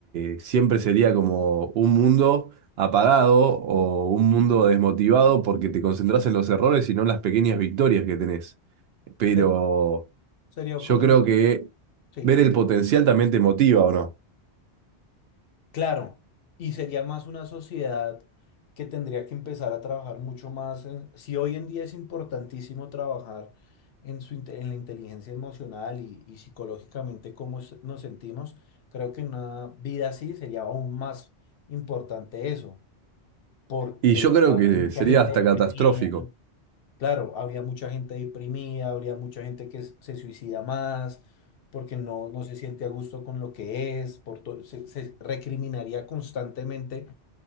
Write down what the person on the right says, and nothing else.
eh, siempre sería como un mundo apagado o un mundo desmotivado porque te concentras en los errores y no en las pequeñas victorias que tenés. Pero
yo
creo
que
ver
el potencial también te motiva, ¿o no?
Y yo creo
que
sería
hasta
catastrófico.